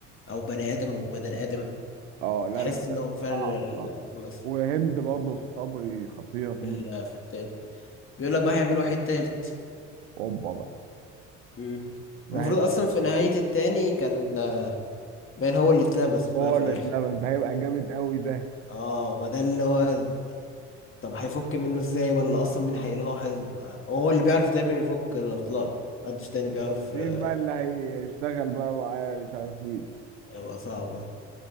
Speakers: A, on the left; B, on the right.
A: او بني ادم وبني ادم
B: اه لا
A: تحس
B: لا لا
A: ان هو فعلا
B: صعب
A: الممثل
B: صعب وهند برضه صبري خطيره في
A: في
B: جزء
A: ال- في التاني بيقول لك بقى هيعملوا واحد تالت
B: اوبا بقى
A: مم.
B: ده
A: المفروض
B: هيبقى
A: اصلا
B: خطير
A: في نهاية التاني كان باين هو اللي اتلبس
B: هو
A: بقى في
B: اللي
A: الاخر
B: اتنبس ده هيبقى جامد قوي ده
A: اه ما ده اللي هو طب هيفك منه ازاي ولا اصلا مين
B: مم.
A: هيلاحظ هو اللي بيعرف دايما يفك لو طلع محدش تاني بيعرف
B: مين
A: آه،
B: بقى اللي هيشتغل بقى معاه مش عارف ايه
A: هيبقى صعب